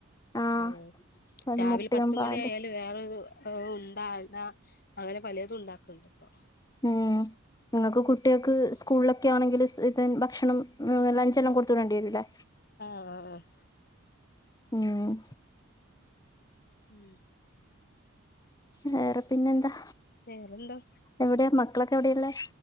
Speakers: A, on the left; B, on the left.
A: ആഹ്
B: ഉം
A: അത്
B: രാവിൽ
A: മുട്ടയും
B: പത്തുമണി
A: പാലും
B: ആയാല് വേറൊരു ഉണ്ട അട അങ്ങനെ പലെതും ഇണ്ടാക്ക്‌ണ്ട് ഇപ്പൊ
A: ഉം ഇങ്ങക്ക് കുട്ടിയെക്ക് സ്കൂൾലൊക്കെ ആണെങ്കില് ഇതൻ ഭക്ഷണം ലഞ്ചല്ലാ കൊട്‌ത്ത് വിടേണ്ടി വരൂ ലെ
B: ആ ആ
A: ഉം
B: ഉം
A: വേറെ പിന്നെന്താ
B: വേറെന്താ
A: എവ്ടെയാ മക്കളൊക്കെ എവ്ടെയാള്ളെ